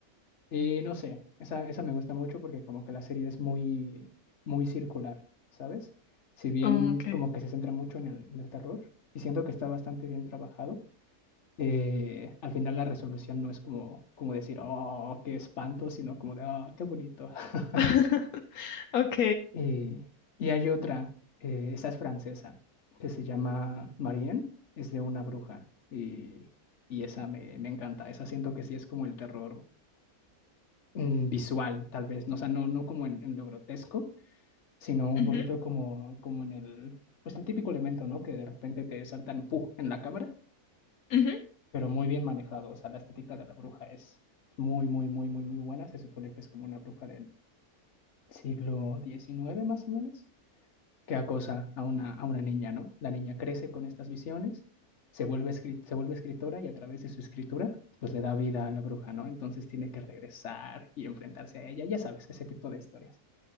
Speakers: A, on the left; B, on the left.
A: Y no sé, esa, esa me gusta mucho porque como que la serie es muy, muy circular, ¿sabes? Si bien
B: Oh, Ok.
A: como que se centra mucho en el, en el terror y siento que está bastante bien trabajado eh, al final la resolución no es como, como decir, oh, qué espanto, sino como de, oh, qué bonito. <laughs>
B: <laughs> Ok.
A: Eh, y hay otra, eh, esa es francesa, que se llama Marianne, es de una bruja y, y esa me, me encanta, esa siento que sí es como el terror mm, visual, tal vez, no, o sea, no, no como en, en lo grotesco, sino un
B: ujú,
A: poquito como, como en el, pues el típico elemento, ¿no? Que de repente te saltan, ¡puf!, en la cámara
B: ujú.
A: pero muy bien manejado. O sea, la estética de la bruja es muy, muy, muy, muy, muy buena. Se supone que es como una bruja del siglo diecinueve más o menos, que acosa a una, a una niña, ¿no? La niña crece con estas visiones, se vuelve, escri- se vuelve escritora y a través de su escritura, pues le da vida a la bruja, ¿no? Entonces tiene que regresar y enfrentarse a ella, ya sabes, ese tipo de historias.